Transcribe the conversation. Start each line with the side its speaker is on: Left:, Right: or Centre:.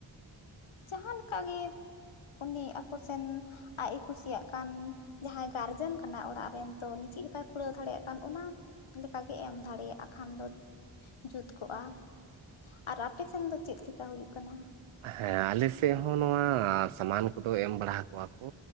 Left: ᱡᱟᱦᱟᱸ ᱞᱮᱠᱟ ᱜᱮ ᱩᱱᱤ ᱟᱠᱚ ᱥᱮᱱ ᱟᱡ ᱮ ᱠᱩᱥᱤᱭᱟᱜ ᱠᱟᱱ᱾ ᱡᱟᱦᱟᱸᱭ ᱜᱟᱨᱡᱮᱱ ᱠᱟᱱᱟᱭ ᱚᱲᱟᱜ ᱨᱮᱱ ᱛᱚ ᱩᱱᱤ ᱪᱮᱫ ᱞᱮᱠᱟᱭ ᱠᱩᱲᱟᱹᱣ ᱫᱟᱲᱮᱭᱟᱜ ᱠᱟᱱ ᱚᱱᱟ ᱞᱮᱠᱟᱜᱮ ᱮᱢ ᱫᱟᱲᱮᱭᱟᱜᱼᱟ ᱠᱷᱟᱱ ᱫᱚ᱾ ᱡᱩᱛ ᱠᱚᱜᱼᱟ᱾ ᱟᱨ ᱟᱯ ᱥᱮᱱ ᱫᱚ ᱪᱮᱫ ᱞᱮᱠᱟ ᱦᱩᱭᱩᱜ ᱠᱟᱱᱟ?
Right: ᱦᱮᱸ ᱟᱞᱮ ᱥᱮᱫ ᱦᱚᱸ ᱱᱚᱣᱟ ᱥᱟᱢᱟᱱ ᱠᱚᱫᱚ ᱮᱢ ᱵᱟᱲᱟ ᱦᱟᱠᱚᱣᱟ ᱠᱚ